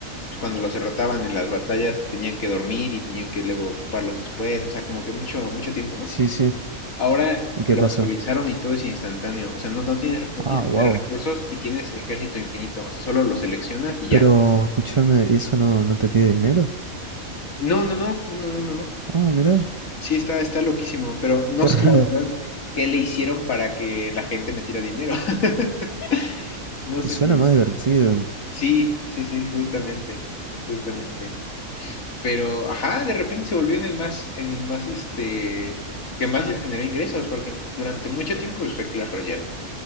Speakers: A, on the left; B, on the right.
A: cuando los derrotaban en las batallas tenían que dormir y tenían que luego ocuparlos después, o sea, como que mucho, mucho tiempo, ¿no?
B: sí, sí.
A: Ahora
B: ¿Y qué
A: lo
B: pasó?
A: actualizaron y todo es instantáneo, o sea, no, no tienes, no
B: Ah,
A: tienes que
B: wow.
A: tener recursos y tienes ejército infinito, o sea, solo lo seleccionas y
B: Pero
A: ya.
B: escúchame, ¿y eso no, no te pide dinero?
A: No, no, no, no, no, no, no.
B: Ah, mira,
A: Sí, está, está loquísimo, pero no
B: qué
A: sé
B: <laughs> raro.
A: la verdad qué le hicieron para que la gente metiera dinero. <laughs> No sé
B: Suena
A: si.
B: más divertido.
A: Sí, sí, sí, justamente, justamente. Pero, ajá, de repente se volvió en el más, en el más, este, que más les generó ingresos, porque durante mucho tiempo pues, fue Clash Royale.